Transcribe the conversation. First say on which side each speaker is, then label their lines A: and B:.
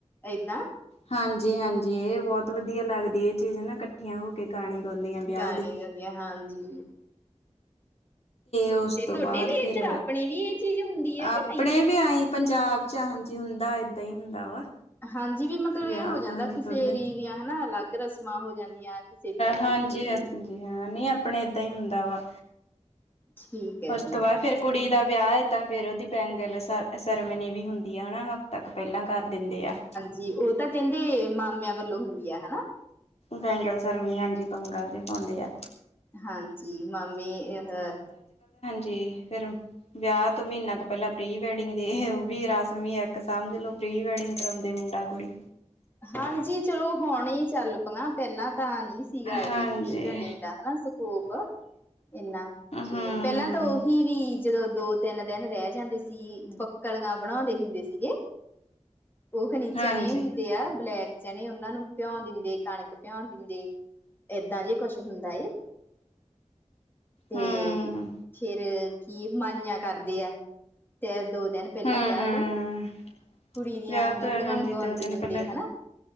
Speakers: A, on the left; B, on the left.
A: ਇਦਾਂ
B: ਹਾਂਜੀ-ਹਾਂਜੀ, ਇਹ ਬਹੁਤ ਵਧੀਆ ਲੱਗਦੀ ਇਹ ਚੀਜ਼ ਨਾ ਕ ਕੱਠੀਆਂ ਹੋ ਕੇ ਗਾਣੇ ਗਾਉਂਦੀਆਂ ਵਿਆਹ
A: ਗਾਣੇ
B: ਦੇ
A: ਹਾਂਜੀ।
B: ਉਸ
A: ਤੇ
B: ਤੋਂ
A: ਤੁਹਾਡੇ
B: ਬਾਅਦ
A: ਵੀ
B: ਫਿਰ
A: ਇੱਧਰ ਆਪਣੇ ਵੀ ਚੀਜ਼ ਹੁੰਦੀ ਹੈ ਕਿ
B: ਆਪਣੇ
A: ਨਹੀਂ
B: ਵੀ ਆਂਏ ਪੰਜਾਬ ਚ ਹਾਂਜੀ ਹੁੰਦਾ ਏਦਾਂ ਹੀ ਹੁੰਦਾ ਵਾ
A: ਹਾਂਜੀ ਵੀ ਮਤਲਬ
B: ਵਿਆਹ
A: ਇਹ ਹੋ ਜਾਂਦਾ
B: ਤੋਂ ਹਾਂਜੀ
A: ਕਿਸੇ
B: ਥੋੜੇ ਦਿਨ
A: ਦੀਆਂ ਹਨਾ ਅਲੱਗ ਰਸਮਾਂ ਹੋ ਜਾਂਦੀਆਂ ਕਿਸੇ ਦੀਆਂ ਅਲੱਗ
B: ਹਾਂਜੀ
A: ਹੋ ਜਾਂਦੀਆਂ
B: ਹਾਂਜੀ ਹਾਂ, ਨਈ ਆਪਨੇ ਏਦਾਂ ਈ ਹੁੰਦਾ ਵਾ।
A: ਠੀਕ ਹੈ
B: ਉਸ
A: ਜੀ
B: ਤੋਂ ਬਾਅਦ ਫੇਰ, ਕੁੜੀ ਦਾ ਵਿਆਹ ਹੈ, ਤਾਂ ਫੇਰ ਉਹਦੀ ਬੈਂਗਲ ਸੈਰੇਮਨੀ ਵੀ ਹੁੰਦੀ ਹੈ ਹਣਾ। ਤੱਕ ਪੈਲਾਂ ਕਰ ਦਿੰਦੇ ਆ।
A: ਜੀ ਓ ਤਾਂ ਕੈਂਦੇ ਮਾਮੇਆਂ ਵੱਲੋਂ ਹੁੰਦੀ ਆ ਹਨਾ।
B: ਬੈਂਗਲ ਸਰਰਮਨੀ ਹਾਂਜੀ ਬੰਗਾ ਜੇ ਪਾਉਂਦੇ ਆ।
A: ਹਾਂਜੀ ਮਾਮੇ ਏ ਅਹ
B: ਜੀ ਫੇਰ ਵਿਆਹ ਤੋਂ ਮੀਹਨਾ ਕੁ ਪੈਹਲਾਂ ਪ੍ਰੀ ਵੈਡਿੰਗ ਦੇ ਉਹ ਵੀ ਰਸਮ ਈ ਐ ਇੱਕ ਸਮਝ ਲੋੋ ਪ੍ਰੀ ਵੈਡਿੰਗ ਕਰਾਉਂਦੇ ਮੁੰਡਾ ਕੁੜੀ
A: ਹਾਂਜੀ ਚਲੋ ਹੁਣੇ ਚੱਲ ਪਆਂ ਪਹਿਲਾਂ ਤਾਂ ਨਹੀਂ ਸੀਗਾ
B: ਹਾਂਜੀ
A: ਇਹ ਪ੍ਰੀ ਵੈਡਿੰਗ <unintelligible> ਹਨਾ ਸਕੋਪ ਇੰਨਾ ਤੇ
B: ਹਮ
A: ਪਹਿਲਾਂ ਤਾਂ ਉਹ <unintelligible> ਵੀ ਜਦੋਂ ਦੋ ਤਿੰਨ ਦਿਨ ਰਹਿ ਜਾਂਦੇ ਸੀ ਬੱਕਲਿਆਂ ਬਣਾਉਂਦੇ ਹੁੰਦੇ ਸੀਗੇ ਓ ਖਨੀਚਨੇ
B: ਹਾਂਜੀ
A: ਦੇ ਆ ਬਲੈਕ ਚਣੇ ਉਹਨਾਂ ਨੂੰ ਭਿਉਂ ਦਿੰਦੇ ਕਣਕ ਭਿਉਂ ਦਿੰਦੇ ਏਦਾਂ ਜੇ ਕੁੱਛ ਹੁੰਦਾ ਏ ਤੇ,
B: ਹਮ
A: ਫੇਰ ਕੀ ਮਾਈਆ ਕਰਦੀ ਆ ਤੇ ਦੋ ਦਿਨ ਪਹਿਲਾਂ
B: ਹਮ
A: ਵਿਆਹ
B: ਹਮ
A: ਤੋਂ। ਕੁੜੀ ਦੀਆਂ
B: ਵਿਆਹ
A: ਮੀਡੀਆਂ
B: ਤਾਂ ਹਾਂਜੀ
A: ਗੁੰਦ
B: ਦੋ ਦਿਨ
A: ਦਿੰਦੇ
B: ਪਹਿਲਾਂ।
A: ਹਨਾ